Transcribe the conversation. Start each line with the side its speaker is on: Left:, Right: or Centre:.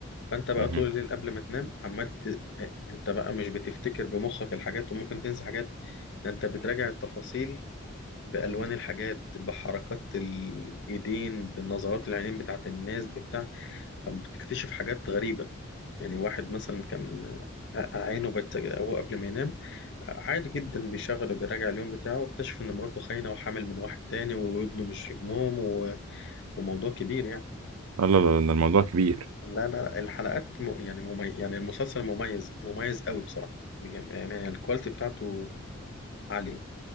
Left: فانت بقى
Right: مهم.
Left: طول الليل قبل ما تنام عمال ت... انت بقى مش بتفتكر بمخك الحاجات وممكن تنسى حاجات ده انت بتراجع التفاصيل بالوان الحاجات بحركات الايدين بنظرات العينين بتاعت الناس بتاع بتكتشف حاجات غريبه يعني واحد مثلا كان ع- عينه بت... هو قبل ما ينام عادي جدا بيشغل وبيراجع اليوم بتاعه واكتشف ان مراته خاينة وحامل من واحد تاني وابنه مش ابنهم و... وموضوع كبير يعني
Right: لا لا لا ده الموضوع كبير
Left: لا لا الحلقات م... يعني ممي... يعني المسلسل مميز مميز قوي بصراحة بجد. يعني الكواليتي بتاعته عالية